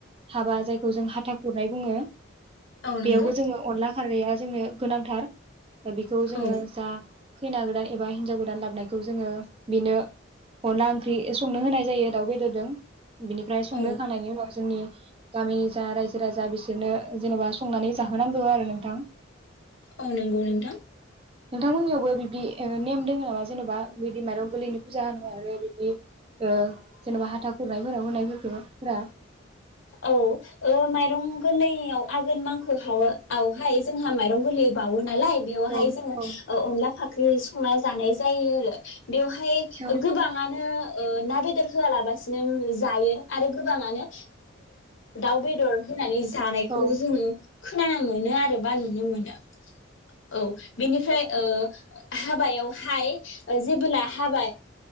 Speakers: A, on the right (about 30°); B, on the left (about 70°).
A: हाबा जायखौ जों हाथा खुरनाय बुङो
B: औ नंगौ
A: बेयावबो जोङो अनला खारदैया जोंनो गोनांथार दा बेखौ जोङो
B: औ
A: जा खैना गोदान एबा हिनजाव गोदान ला नायखौ जोङो बेनो अनला ओंख्रि संनो होनाय जायो दाउ बेदरजों बिनिफ्राय संनो
B: औ
A: होखांनायनि उनाव जोंनि गामिनि जा रायजो राजा बिसोरनो जेनेबा संनानै जाहोनांगौ आरो नोंथां।
B: औ नंगौ नोंथां।
A: नोंथांमोननियावबो बिदि नेम दङ जेनेबा बिदि माइरं गोरलैनि फुजा होनाय आरो ओ हाथा खुरनायफोराव होनायफोरखौ बुंदों होनायफोरखौफोरा
B: औ माइरं गोरलैआव आघोन मांखोवहाय जोंहा माइरं गोरलै बावो ना। ना लाय बेहाय
A: औ
B: जों
A: औ
B: अनला फाख्रि संना जानाय जायो आरो। बेवहाय
A: औ
B: गोबाङानो। ओ ना बेदर होया लाबासिनो जायो आरो। गोबाङानो। दाउ बेदर होनानै। जानायखौबो
A: औ
B: जोङो। खोनानो मोनो आरो। बा नुनो मोनो। औ बेनिफ्राय। ओ हाबायावहाय जेब्ला हाबा